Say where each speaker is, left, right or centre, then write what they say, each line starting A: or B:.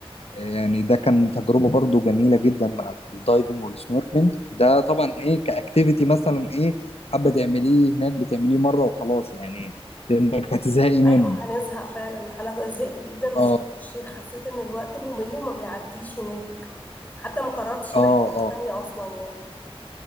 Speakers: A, on the left; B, on the left.
A: يعني ده كان تجربه برضو جميله جدا مع الدايفنج والسنوركلينج ده طبعا ايه كاكتيفيتي مثلا ايه حابه تعمليه هناك بتعمليه مره وخلاص يعني لانك هتزهقي منه
B: ايوه هنزهق فعلا انا زهقت جدا في
A: اه
B: شرم الشيخ حسيت ان الوقت ممل وما بيعديش هناك حتى ما قررتش
A: اه
B: رحله
A: اه
B: تانية اصلا يعني